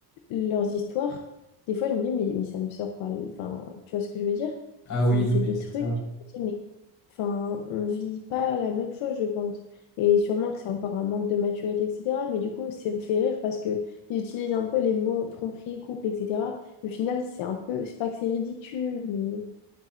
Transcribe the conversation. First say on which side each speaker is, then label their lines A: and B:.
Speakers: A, on the left; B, on the left.
A: leurs histoires, des fois, je me dis, mais, mais ça me sort par le... Enfin, tu vois ce que je veux dire?
B: Ah
A: C'est
B: oui, non,
A: c'est
B: mais
A: des
B: c'est
A: trucs,
B: ça.
A: je me dis, mais... Enfin, on vit pas la même chose, je pense. Et sûrement que c'est encore un manque de maturité, etc. Mais du coup, ça me fait rire parce que ils utilisent un peu les mots tromperie, couple, etc. Au final, c'est un peu... C'est pas que c'est ridicule, mais...